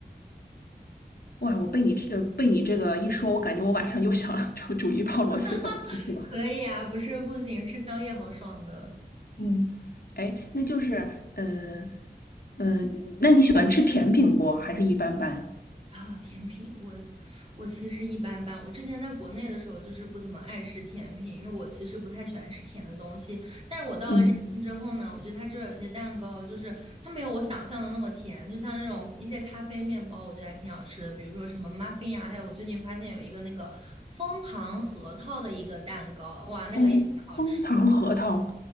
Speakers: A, on the left; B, on the right.
A: 哇，我被你这呃被你这个一说，我感觉我晚上又想 <laughs> 煮煮一泡螺蛳粉儿吃去了。
B: <laughs> 可以啊，不是不行，吃宵夜好爽的。
A: 嗯，哎，那就是呃呃，那你喜欢吃甜品不？还是一般般？
B: 啊，甜品，我我其实一般般。我之前在国内的时候，就是不怎么爱吃甜品，因为我其实不太喜欢吃甜的东西。但是我到了这边之后呢，
A: 嗯，
B: 我觉得它这边有些蛋糕，就是它没有我想象的那么甜，就像这种一些咖啡面包，我觉得还挺好吃的，比如说什么 muffin 啊，还有我最近发现有一个那个枫糖核桃的一个蛋糕，哇，那个也挺好吃。
A: 枫枫糖核桃